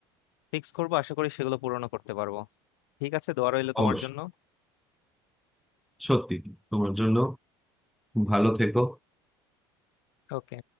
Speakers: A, on the left; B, in the centre.
A: ফিক্স করবো আশা করি সেগুলো পূরণও করতে পারবো ঠিক আছে দোয়া রইলো তোমার
B: অবশ্যই
A: জন্য
B: সত্যি তোমার জন্য ভালো থেকো
A: ওকে